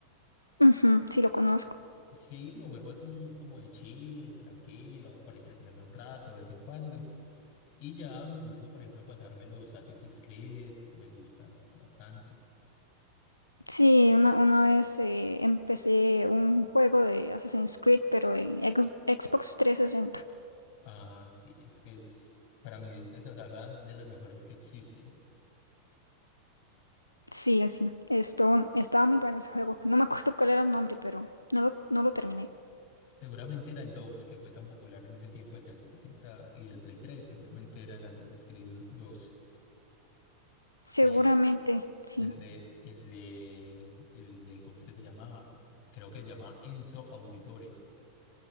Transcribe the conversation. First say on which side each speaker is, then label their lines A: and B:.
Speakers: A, on the left; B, on the left.
A: Ujú, sí, lo conozco.
B: Sí, lo juego así como de chill, tranquilo, para entretenerme un rato de vez en cuando. Y ya me gusta, por ejemplo, pasarme los Assassin's Creed, me gusta bastante.
A: Sí, una, una vez eh, empecé un juego de Assassin's Creed, pero en Ex- Xbox trescientos sesenta
B: Ah, sí, es que es, para mí esa saga es de las mejores que existen.
A: Sí, así. Esto, estaba muy bueno ese juego. No me acuerdo cuál era el nombre, pero no lo, no lo terminé.
B: Seguramente era el 2 que fue tan popular en ese tiempo, el 360 y del Play 3. seguramente era el Assassin's Creed 2. Sí,
A: Seguramente, sí.
B: el de, el de, el de, ¿cómo es que se llamaba? Creo que se llamaba Enzo Auditore,